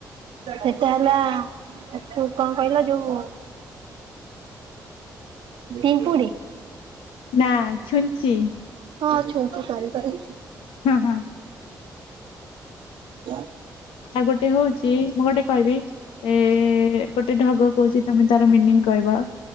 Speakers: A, on the right (about 70°); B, on the left (about 75°).
A: ସେଟା ହେଲା ଏ ଯୋଉ କଣ କହିଲ ଯୋଉ ପିମ୍ପୁଡି।
B: ନା ଛୁଞ୍ଚି।
A: ହଁ ଛୁଞ୍ଚି ସରିସରି।
B: ହଁ ହଁ।
A: ଗଁଅ।
B: ଆଉ ଗୋଟେ ହଉଛି ମୁଁ ଗୋଟେ କହିବି ଏ ଗୋଟେ ଢଗ କହୁଛି ତମେ ତାର ମିନିଂ କହିବ?